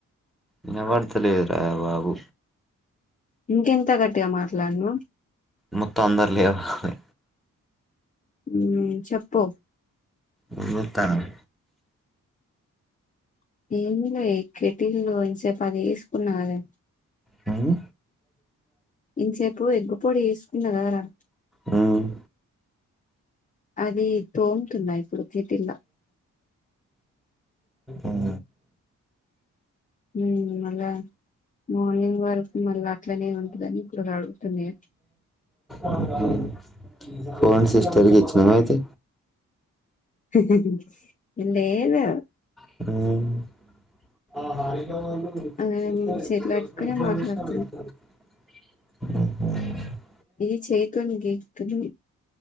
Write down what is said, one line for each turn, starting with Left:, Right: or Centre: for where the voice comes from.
Centre: ఇనబడుతా లేదు రా బాబు
Left: ఇంకెంత గట్టిగా మాట్లాడను
Centre: మొత్తం అందరు లేహ్ వాలి
Left: మ్మ్ చెప్పు
Centre: ఏం జూత్తనవే
Left: ఏమి లే కెటిల్లో ఇంసేపు అది వేసుకున్న కదే
Centre: హ్మ్
Left: ఇంతసేపు ఎగ్గు పొడి వేసు ఇన్న కదా రా
Centre: ఉమ్
Left: అది తోముతున్నా ఇప్పుడు కెటిల్ లా
Centre: ఉహుం
Left: ఉమ్ మళ్ళ మార్నింగ్ వరకు మళ్ళా అట్లనే ఉంటదని ఇప్పుడు కడుగుతున్నా
Centre: అ ఫోన్ సిస్టర్ కి ఇచ్చినావ అయితే
Left: హాహా ఇందేదు
Centre: మ్మ్ మ్మ్
Left: ఆ చేతిలో పెట్టుకునే మాట్లాడుతున్నా
Centre: ఆ
Left: ఇది చేయితోని గీకుతున్నా